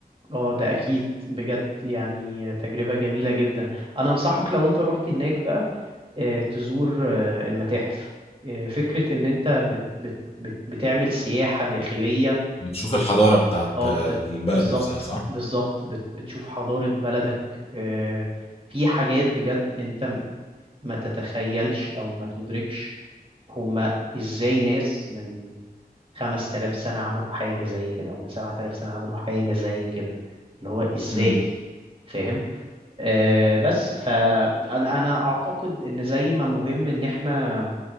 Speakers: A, on the right (about 35°); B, on the left (about 35°).
A: اه ده اكيد بجد يعني تجربة جميلة جدا انا انصحك لو انت رحت هناك بقى آه، تزور آه، المتاحف آه، فكرة ان انت بت بت بت بتعمل سياحة داخلية
B: بتشوف
A: و
B: الحضارة بتاعت
A: اه
B: البلد
A: بتت... بالظبط
B: نفسها صح؟
A: بالظبط بت... بتشوف حضارة بلدك آه، في حاجات بجد انت م- ما تتخيلش او ما تدركش هما ازاي ناس من 5000 سنة عملوا حاجة زي كده او من 7000 سنة عملوا حاجة زي كده اللي هو ازاي
B: امم
A: فاهم آه بس فانا انا اعتقد ان زي ما مهم ان احنا